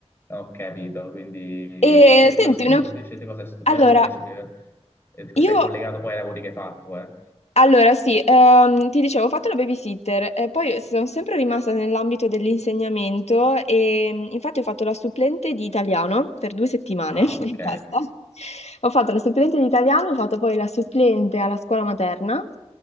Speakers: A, on the left; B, on the left.
A: no, ho capito, quindi
B: E
A: te cosa
B: senti,
A: studi
B: una...
A: invece, te cosa hai studiato
B: allora,
A: invece per, eh,
B: io
A: se è collegato poi ai lavori che hai fatto, eh?
B: Allora, sì, ehm, ti dicevo, ho fatto la babysitter, eh, poi sono sempre rimasta nell'ambito dell'insegnamento e mh, infatti ho fatto la supplente di italiano per due settimane
A: Ah,
B: <laughs>
A: ok,
B: e basta. Ho fatto la supplente di italiano, ho fatto poi la supplente alla scuola materna